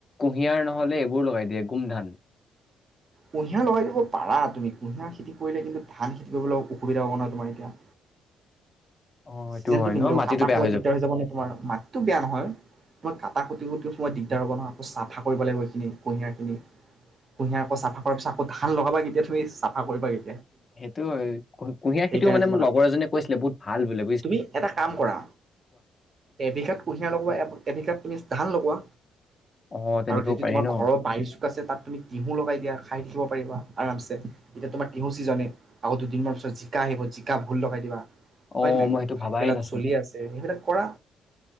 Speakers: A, on the left; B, on the right.
A: কুঁহিয়াৰ নহ'লে এইবোৰ লগাই দিয়ে- গুমধান।
B: কুঁহিয়াৰ লগাই দিব পাৰা তুমি। কুঁহিয়াৰ খেতি কৰিলে কিন্তু ধান খেতি কৰিবলৈ অসুবিধা হ'ব নহয় তোমাৰ এতিয়া?
A: অ', সেইটো
B: ছিজনটো
A: হয়
B: নিমিলিবৰ
A: ন মাটিটো
B: কটা
A: বেয়া
B: সময়ত দিগদাৰ হৈ যাব নহয় তোমাৰ? মাটিটো বেয়া নহয়। তোমাৰ কাত তাক কুটি-কুটিৰ সময়ত দিগদাৰ হ'ব নহয়। আকৌ চাফা কৰিব লাগিব তুমি এইখিনি কুঁহিয়াৰখিনি। কুঁহিয়াৰ আকৌ চাফা কৰাৰ পিছত আকৌ ধান লগাবা কেতিয়া? তুমি চাফা কৰিব লাগিব।
A: সেইটো। কুঁহিয়াৰ
B: সেইকাৰণে
A: খিতিও মান
B: তোমাৰ
A: মোৰ লগৰ এজনে কৈছিলে বহুত ভাল বুলি
B: তুমি এটা কাম কৰা, এবিঘাত কুঁহিয়াৰ লগোৱা এ এবিঘাত তুমি ধান লগোৱা।
A: অ', তেনেকেও
B: আৰু যদি
A: পাৰি
B: তোমাৰ
A: ন।
B: ঘৰৰ বাৰি চোক আছে, তাত তুমি হু লগাই দিয়া, খাই থাকিব পাৰিবা। আৰামছে। এতিয়া তোমাৰ তিয়হুৰ ছিজন, আকৌ দুদিনমানৰ পিছত জিকা আহিব। জিকাও লগাই দিবা। হয়
A: অঁ,
B: নাই
A: মই সেইটো
B: ভাত
A: ভাবাই
B: কেৰেলাটো
A: নাছিলোঁ।
B: চলি আছে সেইবিলাক কৰা